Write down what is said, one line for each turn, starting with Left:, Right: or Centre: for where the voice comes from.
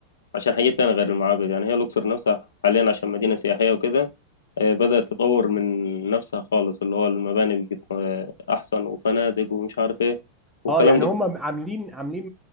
Left: عشان حاجات تانية غير المعابد يعني هي الاقصر نفسها حاليا عشان مدينة سياحية وكده آه، بدأت تطور من نفسها خالص اللي هو المباني بقت آه، احسن وفنادق ومش عارف ايه والكلام
Centre: اه يعني
Left: ده
Centre: هم
Left: كله
Centre: عاملين عاملين